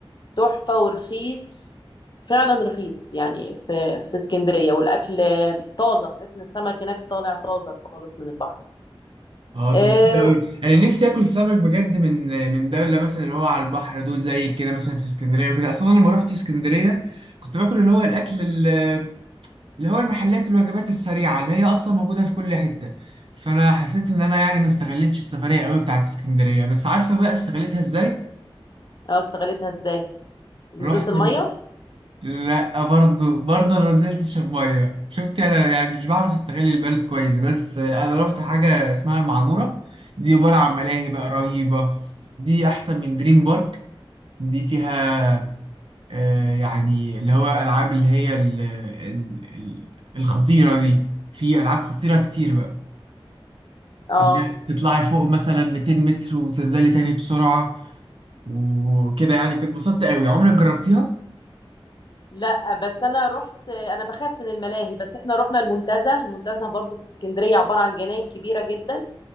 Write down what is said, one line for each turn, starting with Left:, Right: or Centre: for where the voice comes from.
Left: تحفه ورخيص فعلا رخيص يعني في في اسكندريه والاكل طازه تحس ان السمك هناك طالع طازه خالص من البحر
Right: اه طب
Left: آه،
Right: حلو قوي انا نفسي اكل سمك بجد من من دوله مثلا اللي هو على البحر دول زي كده مثلا في اسكندريه وكده اصلا أنا لما روحت اسكندريه كنت باكل اللي هو الاكل ال- اللي هو المحلات الوجبات السريعه اللي هي اصلا موجوده في كل حته فانا حسيت ان انا يعني ما استغلتش السفريه قوي بتاعت اسكندريه بس عارفه بقى استغلتها ازاي
Left: اه استغلتها ازاي نزلت
Right: رحت
Left: الميه
Right: لا برضه برضه انا ما نزلتش الميه شفت انا يعني مش بعرف استغل البلد كويس بس انا رحت حاجه اسمها المعموره دي عباره عن ملاهي بقى رهيبه دي احسن من دريم بارك دي فيها آه يعني اللي هو العاب اللي هي ال ال ال الخطيره دي في العاب خطيره كتير بقى
Left: اه
Right: اللي هي تطلعي فوق مثلا 200 متر وتنزلي تاني بسرعه وكده يعني كنت اتبسطت قوي عمرك جربتيها
Left: لا بس انا رحت انا بخاف من الملاهي بس احنا رحنا المنتزه المنتزه برضو في اسكندريه عباره عن جناين كبيره جدا